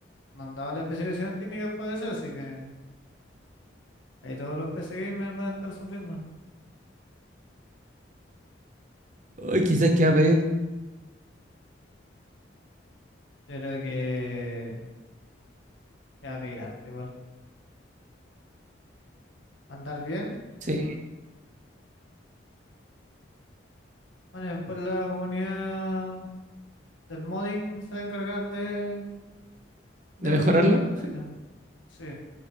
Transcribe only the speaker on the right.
Uy, quizás que va a pedir,
sí,
de
mejorarlo.